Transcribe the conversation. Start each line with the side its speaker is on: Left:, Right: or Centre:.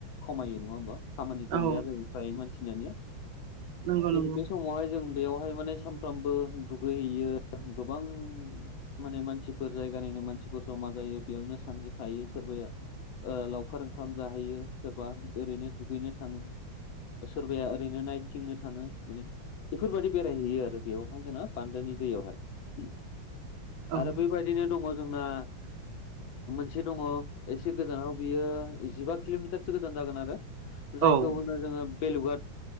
Left: खमायो नङा होमबा खामानि गैया
Right: औ
Left: जाहै फ्राय मानसिया
Right: नंगौ
Left: जेरै
Right: नंगौ
Left: बे समावहाय जों बेयावहाय माने सानफ्रामबो दुगैहैयो गोबां माने मानसिफोर जायगानिनो मानसिफोर जमा जायो बेयावनो सान्थि थायो सोरबाया लावखार ओंखाम जाहैयो सोरबा ओरैनो दुगैनो थाङो सोरबाया ओरैनो नायथिंनो थाङो माने बेफोरबायदि बेरायहैयो आरो बेयावहाय जोंना बान्दोानि दैयावहाय
Right: औ
Left: आरो बेबायदि ओरैनो दङ जोंना मोनसे दङ एसे गोजानाव बियो जिबा किल'मिटारसो गोजान जागोन आरो जायखौ
Right: औ
Left: होनो जोङो बेेलुगाट